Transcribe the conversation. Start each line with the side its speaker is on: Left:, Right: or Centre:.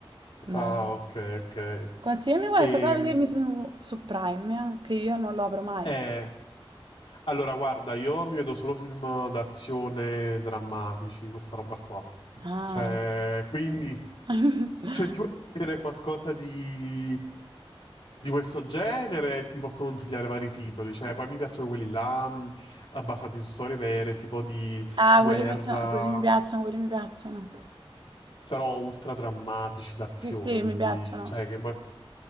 Right: No.
Left: Ah, ok, ok.
Right: Consigliami qualcosa
Left: E,
Right: da vedermi su, su Prime, eh, che io non lo apro mai.
Left: eh, allora, guarda, io mi vedo solo film d'azione drammatici, questa roba qua.
Right: Ah,
Left: Cioè,
Right: eh.
Left: quindi,
Right: <laughs>
Left: se ti vuoi vedere qualcosa di, di questo genere, ti posso consigliare vari titoli. Cioè, poi mi piacciono quelli là, mh, basati su storie vere, tipo di
Right: Ah,
Left: guerra.
Right: quelli mi piacciono, quelli mi piacciono, quelli mi piacciono.
Left: Però ultra drammatici l'azione,
Right: Sì, sì,
Left: quindi
Right: mi piacciono.
Left: cioè che poi